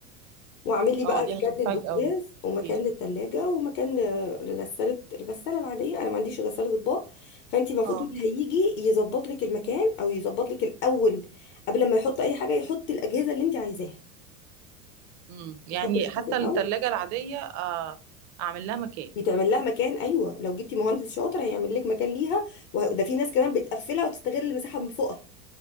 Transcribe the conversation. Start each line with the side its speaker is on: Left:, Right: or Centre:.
Left: واعمل لي بقى
Right: اه دي
Left: مكان
Right: هتنفعك
Left: للبوتاجاز
Right: قوي
Left: ومكان
Right: قوليلي
Left: للتلاجة ومكان ل- لغسالة الغسالة العادية انا ما عنديش غسالة اطباق فانت المفروض
Right: اه
Left: اللي هيجي يظبط لك المكان او يظبط لك الاول قبل ما يحط اي حاجة يحط الاجهزة اللي انت عايزاها
Right: امم يعني
Left: يحط الاجهزة
Right: حتى التلاجة
Left: الاول
Right: العادية آه، أعمل لها مكان
Left: بيتعمل لها مكان ايوه لو جبتي مهندس شاطر هيعمل لك مكان ليها وده في ناس كمان بتقفلها وتستغل المساحة من فوقها